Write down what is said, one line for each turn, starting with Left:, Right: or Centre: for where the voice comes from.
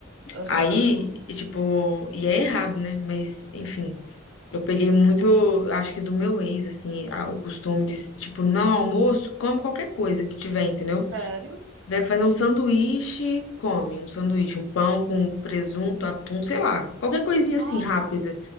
Right: Aham.
Left: Aí, e, tipo, e é errado, né? Mas, enfim, eu peguei muito, acho que do meu ex, assim, a- o costume de, tipo, não almoço, come qualquer coisa que tiver, entendeu?
Right: Sério?
Left: Tiver que fazer um sanduíche, come um sanduíche, um pão com presunto, atum, sei lá, qualquer coisinha
Right: Nossa.
Left: assim, rápida.